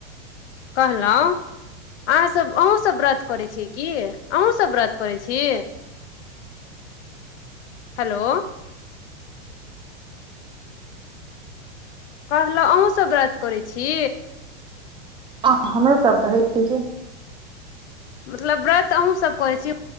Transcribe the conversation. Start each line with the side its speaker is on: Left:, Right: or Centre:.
Left: कहलों अहाँ सब अहुं सब व्रत करै छी की अहूँ सब व्रत करै छी। हलो। कहलौं अहुँ सब व्रत करै छी।
Right: ह हमहुं सब कहै छी कि।
Left: मतलब व्रत अहूँ सब करै छी।